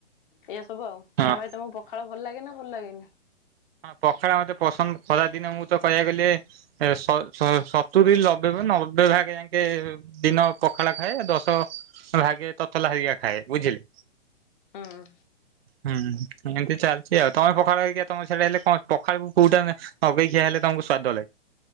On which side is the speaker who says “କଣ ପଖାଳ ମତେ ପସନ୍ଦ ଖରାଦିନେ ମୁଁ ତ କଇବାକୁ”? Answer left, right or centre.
Right